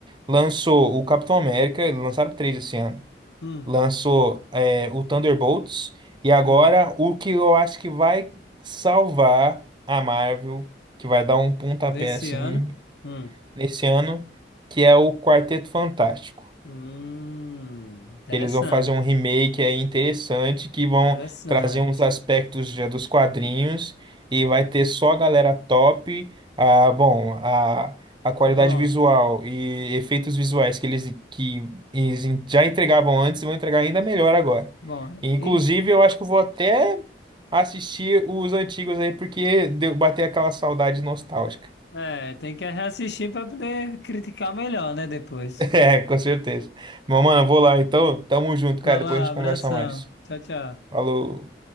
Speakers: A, on the right; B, on the left.
A: Lançou o Capitão América, lançaram três esse ano.
B: Hum.
A: Lançou, é, o Thunderbolts. E agora
B: Hum.
A: o que eu acho que vai salvar a Marvel, que vai dar um pontapé
B: Desse
A: assim
B: ano? Hum.
A: nesse ano, que é o Quarteto Fantástico
B: Hum. Interessante.
A: que eles vão fazer um remake aí interessante que vão
B: Interessante.
A: trazer uns aspectos já dos quadrinhos e vai ter só a galera top, a, bom, a, a qualidade
B: Bom.
A: visual e efeitos visuais que eles que eles en- já entregavam antes e vão entregar ainda melhor agora.
B: Bom.
A: E, Inclusive,
B: E
A: eu acho que eu vou até assistir os antigos aí porque deu bater aquela saudade nostálgica. <laughs>
B: é, tem que reassistir para poder criticar melhor, né? Depois.
A: É, com certeza. Mas, mano, eu vou lá então. Tamo junto,
B: Vai
A: cara.
B: lá,
A: Depois a gente
B: abração.
A: conversa mais.
B: Tchau, tchau.
A: Falou.